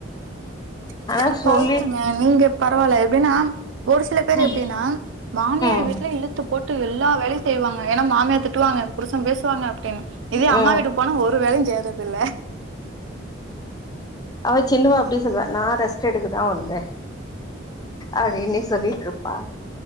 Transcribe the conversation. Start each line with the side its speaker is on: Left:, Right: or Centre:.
Right: அதெல்லா
Left: ஆனா சொல்லி
Right: பரவாலங்க நீங்க பரவால்ல எப்பிடின்னா ஒரு சில பேர் எப்பிடின்னா
Left: ம்
Right: மாமியார்
Left: ம்
Right: வீட்ல இழுத்து போட்டு எல்லா வேலையும் செய்வாங்க ஏன்னா மாமியா திட்டுவாங்க புருசன் பேசுவாங்க ட்டே இதே
Left: ஆ
Right: அம்மா வீட்டு போனா ஒரு வேளையும் செய்யறது இல்ல
Left: அவ சின்னவ அப்டி சொல்வே நா ரெஸ்ட் எடுக்கதா வந்தே அப்டின்னே சொல்லிட்ருப்பா